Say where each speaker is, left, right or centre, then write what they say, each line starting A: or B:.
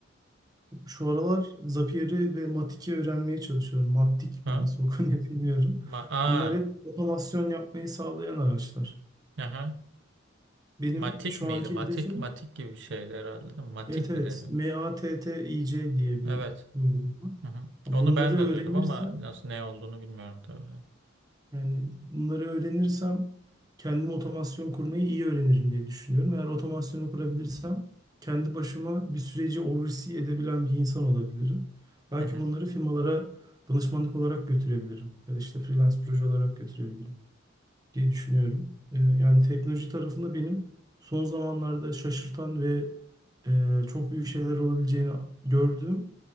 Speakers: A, on the right; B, on the right.
A: Şu aralar Zapier'i ve Matik'i öğrenmeye çalışıyorum. Matik
B: Ha?
A: mi nasıl okunuyor <laughs> bilmiyorum.
B: Ma Aa,
A: Bunlar hep otomasyon yapmayı sağlayan araçlar.
B: aha.
A: Benim
B: Matik
A: şu
B: miydi?
A: anki
B: Matik,
A: hedefim
B: matik gibi bir şeydi herhalde, değil mi? Matik
A: evet evet
B: mi deniyordu?
A: MATTIC diye bir
B: Evet.
A: uygulama.
B: Hı hı.
A: Bunları
B: Onu ben de
A: öğrenirsem
B: duydum ama nasıl ne olduğunu bilmiyorum tabii.
A: Yani bunları öğrenirsem kendim otomasyon kurmayı iyi öğrenirim diye düşünüyorum. Eğer otomasyonu kurabilirsem kendi başıma bir süreci oversee edebilen bir insan olabilirim. Belki
B: Hı hı.
A: bunları firmalara danışmanlık olarak götürebilirim ya da işte freelance proje olarak götürebilirim diye düşünüyorum. Ee, yani teknoloji tarafında benim son zamanlarda şaşırtan ve e, çok büyük şeyler olabileceğini gördüğüm